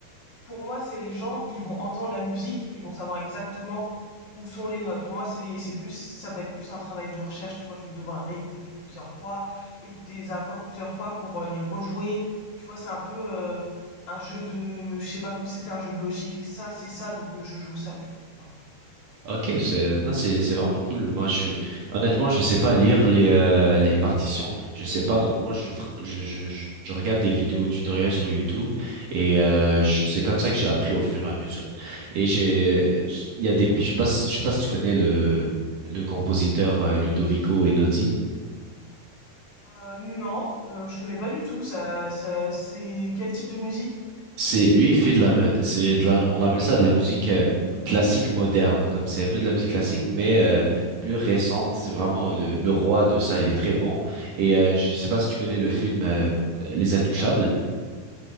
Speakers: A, on the left; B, on the right.
A: pour moi, c'est les gens, ils vont entendre la musique et ils vont savoir exactement où sont les notes. Moi, c'est c'est plus ça va être plus un travail de recherche, tu vois, je vais devoir réécouter plusieurs fois, écouter les accords plusieurs fois pour euh, les rejouer. Tu vois, c'est un peu euh, un jeu de je sais pas comme si c'était un jeu de logique. Ça, c'est ça, donc euh, je joue ça, tu vois. Enfin,
B: Ok, c'est non, c'est c'est vraiment cool. Moi, je honnêtement, je sais pas lire les euh, les partitions. Je sais pas. Non, moi, je je je, je je regarde des vidéos tutoriels sur YouTube et euh, je- c'est comme ça que j'ai appris au fur et à mesure. Et j'ai il y a des je sais pas si- je sais pas si tu connais le le compositeur euh, Ludovico Einaudi.
A: Euh, non, euh, je connais pas du tout. Ça, ça, c'est quel type de musique?
B: C'est lui il fait de la c'est de la on appelle ça de la musique euh, classique moderne comme c'est un peu de la musique classique mais euh, plus récente c'est vraiment le, le roi de ça il est très bon et euh, je sais pas si tu connais le film euh, euh, Les Intouchables